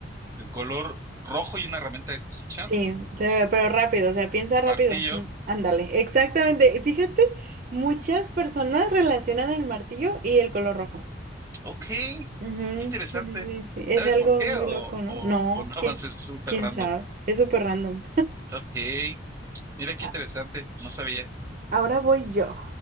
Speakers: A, on the right; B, on the right.
A: El color rojo y una herramienta de construcción.
B: Sí, se pero rápido, o sea, piensa rápido.
A: Martillo.
B: Mm, Ándale, exactamente. Fíjate, muchas personas relacionan el martillo y el color rojo.
A: Ok. Qué
B: Ujú,
A: interesante.
B: Sí, sí, sí, sí. Es
A: ¿Sabes
B: algo
A: por qué?
B: muy
A: O,
B: loco, ¿no?
A: o,
B: No,
A: o no
B: ¿quién,
A: avances súper
B: quién
A: random.
B: sabe? Es súper random.
A: Ok. Mira qué
B: <laughs>
A: interesante. No sabía.
B: Ahora voy yo.